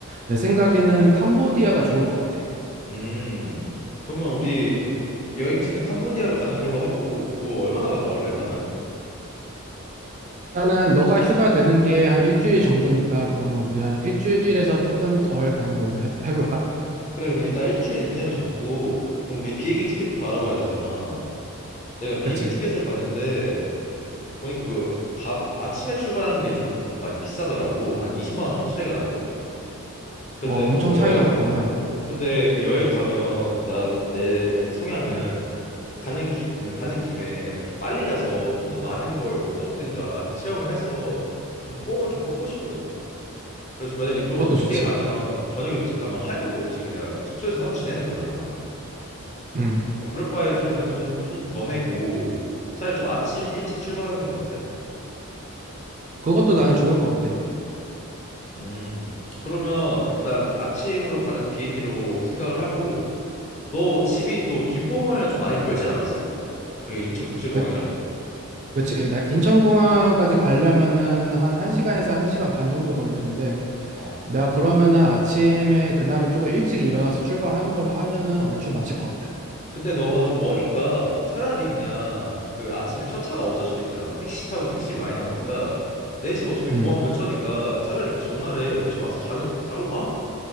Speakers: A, on the right (about 35°); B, on the left (about 35°).
A: 내 생각에는 캄보디아가 좋을 것 같아.
B: 음. 그러면 우리 그럼 여행지는 캄보디아로 가는 걸로 하고 뭐 얼마나 갔다 올래? 가면?
A: 나는 너가 휴가 되는 게 한 일주일 정도니까 그러면 우리 한 일주일에서 조금 덜 가는 걸로 해, 볼까
B: 그래, 그럼 일단 일주일 이내로 잡고 그럼 우리 비행기 티켓부터 알아봐야 되잖아. 내가 비행기
A: 그치?
B: 티켓을 봤는데 보니까 그 밤 아침에 출발하는 게 좀 더 많이 비싸더라고. 한 20만 원 정도 차이가 나거든. 근데
A: 어, 엄청
B: 또
A: 차이가
B: 여행 어
A: 많이 나네.
B: 근데 그 여행 가면 난 내 약간 성향은 가는 기 뭐, 가는 김에 약간 좀 빨리 가서 좀 더 많은 걸 뭐 먹든가 하여튼 체험을 해서 좀 뽕을 좀 뽑고 싶거든. 그래서 만약에 또
A: 그것도
B: 늦게
A: 좋지.
B: 가면 저녁에 도착하면 할 것도 없이 그냥 숙소에서 하루 지내는 거잖아.
A: 음
B: 어 그럴 바에 좀 그냥 돈 좀 더 내고 차라리 좀 아침 일찍 출발하는 건 어때?
A: 그것도 나는 좋을 것 같아.
B: 음. 그러면 일단 아침으로 가는 비행기로 생각을 하고 너 집이 또 김포공항이랑 좀 많이 멀지 않았어? 아, 여기 인천국제공항이랑?
A: 그, 그치? 나 인천공항까지 가려면은 한 1시간에서 1시간 반 정도 걸리는데
B: 어.
A: 내가 그러면은 아침에 그날은 조금 일찍 일어나서 출발하는 걸로 하면은 얼추 맞을 것 같아.
B: 근데 너가 좀 머니까 차라리 그냥 그 아침에 첫 차가 없을 수도 있잖아. 택시 타면 택시 많이 나오니까 내 집 어차피
A: 음.
B: 공항 근처니까 차라리 그 전날에 우리 집 와서 자는 자고 가.